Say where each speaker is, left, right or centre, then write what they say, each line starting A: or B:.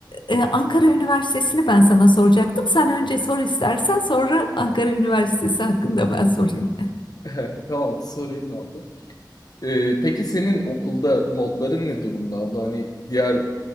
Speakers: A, on the left; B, on the left.
A: e, Ankara Üniversitesi'ni ben sana soracaktım. Sen önce sor istersen sonra Ankara Üniversitesi hakkında ben sorayım.
B: ben. <laughs> Tamam sorayım abla. Ee, peki senin okulda notların ne durumda abla? Hani diğer